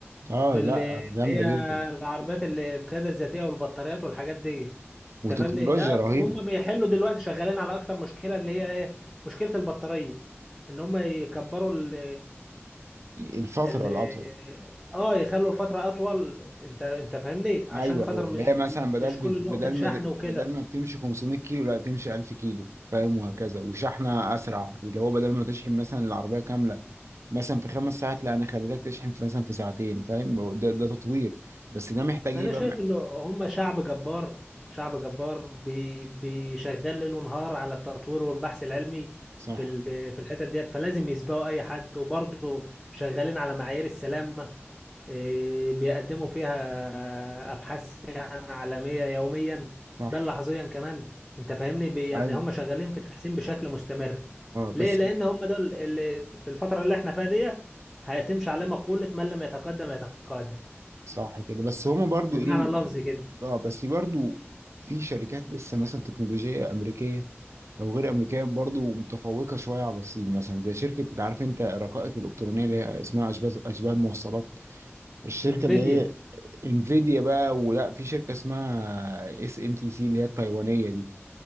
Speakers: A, on the right (about 80°); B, in the centre.
A: اه
B: في
A: لا
B: ال- اللي
A: جامده
B: هي
A: جدا
B: العربيات اللي القياده الذاتيه والبطاريات والحاجات دي
A: وتكنولوجيا
B: انت فاهمني اه
A: رهيبه
B: وهم بيحلوا دلوقتي شغالين على اكتر مشكله اللي هي ايه مشكله البطاريه ان هم يكبروا ال
A: الفتره
B: ال
A: الاطول
B: اه يخلوا الفتره اطول انت انت فاهمني عشان
A: ايوه
B: خاطر
A: ايوه
B: م-
A: اللي هي مثلا بدل
B: مش كل
A: بدل
B: نقطه شحن
A: ما
B: وكده
A: بدل ما بتمشي 500 كيلو لا تمشي 1000 كيلو فاهم وهكذا وشحنه اسرع اللي هو بدل ما تشحن مثلا العربيه كامله مثلا في خمس ساعات لا انا خليتك تشحن في مثلا في ساعتين فاهم ده, ده تطوير بس ده محتاج
B: انا
A: ايه بقى
B: شايف انه هم شعب جبار شعب جبار بي- بي- شغال ليل ونهار على التطوير والبحث العلمي
A: صح
B: في ال- في الحتت ديت فلازم يسبقوا اي حد وبرضه شغالين على معايير السلامة إيه، بيقدموا فيها ابحاث يعني عالمية يوميا
A: صح
B: بل لحظيا كمان انت فاهمني بي- يعني
A: ايوه
B: هم شغالين في تحسين بشكل مستمر
A: اه بس
B: ليه لان هم دول اللي في الفترة اللي احنا فيها ديت هيتمشي على مقولة من لم يتقدم يتقادم
A: صح كده بس هما برضو
B: بالمعنى
A: ايه
B: اللفظي كده
A: اه بس برضو في شركات لسه مثلا تكنولوجية أمريكية أو غير أمريكية برضو متفوقة شوية على الصين مثلا زي شركة عارف أنت الرقائق الإلكترونية اللي هي اسمها أشباه أشباه الموصلات الشركة
B: انفيديا
A: اللي هي انفيديا بقى ولا في شركة اسمها اس ام تي سي اللي هي التايوانية دي